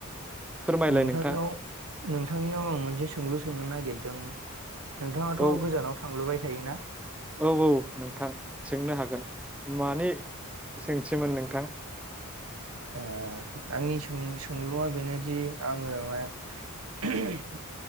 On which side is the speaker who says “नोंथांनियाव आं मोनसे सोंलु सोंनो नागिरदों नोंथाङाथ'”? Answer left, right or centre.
Right